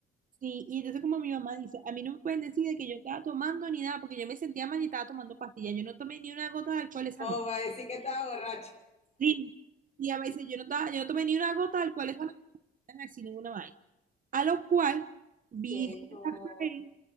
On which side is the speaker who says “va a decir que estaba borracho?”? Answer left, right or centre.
Left